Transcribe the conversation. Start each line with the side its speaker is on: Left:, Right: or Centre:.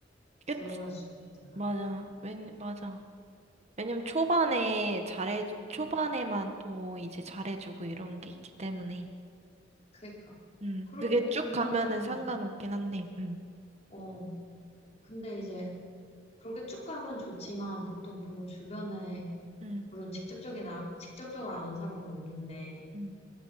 Right: 그치.
Left: 결혼할 수도 있잖아.
Right: 맞아. 왜, 맞아. 왜냐면 초반에 잘해, 초반에만
Left: 응.
Right: 또 이제 잘해주고 이런 게 있기 때문에.
Left: 그러니까.
Right: 음,
Left: 그리고
Right: 그게
Left: 뭐
Right: 쭉
Left: 보면은,
Right: 가면은 상관없긴 한데, 음,
Left: 어, 근데 이제 그렇게 쭉 가면 좋지만 보통 보- 주변에
Right: 음,
Left: 물론 직접적인 아- 직접적으로 아는 사람은 없는데
Right: 음,